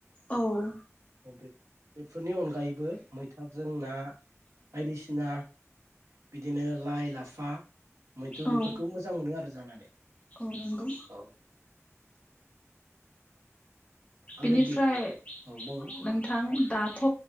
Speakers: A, on the left; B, on the right.
A: औ
B: <inaudible> अ बे बेफोरनि अनगायै बो मैथाजों ना बायदिसिना बिदिनो लाइ लाफा। मैथु
A: औ
B: बेफोरखौ मोजां मोनो आरो जानानै।
A: नंगौ
B: औ
A: बेनिफ्राय
B: आरो बे औ बुं
A: नोंथां दाथ'